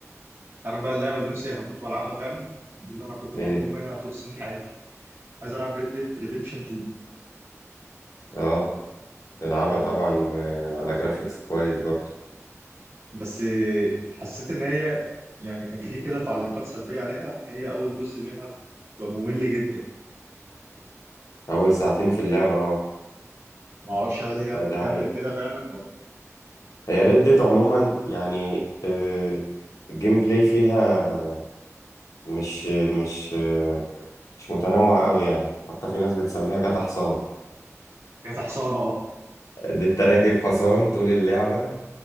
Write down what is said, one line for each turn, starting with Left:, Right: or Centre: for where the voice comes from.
Right: عارف بقى اللعبه اللي نفسي هموت والعبها فعلا دي اللي انا كنت محروم
Left: ايه
Right: منها طول سنين حياتي عايز العب ريد ديد ريديمشن 2
Left: اه تلعبها
Right: اه
Left: طبعا آه، على جرافيكس كويس برضو
Right: بس حسيت ان هي يعني كان في كده تعليقات سلبيه عليها ان هي اول جزء منها بيبقى ممل جدا
Left: اول ساعتين في اللعبة اه
Right: ما اعرفش هل هي هتكمل
Left: آه، دي حقيقة
Right: كده فعلا ولا
Left: هي ريد ديد عموما يعني آه، الجيم بلاي فيها مش مش آه، مش متنوع قوي يعني حتى في ناس بتسميها جاتا حصان
Right: هي تحصانه اه
Left: دي انت راكب حصان طول اللعبة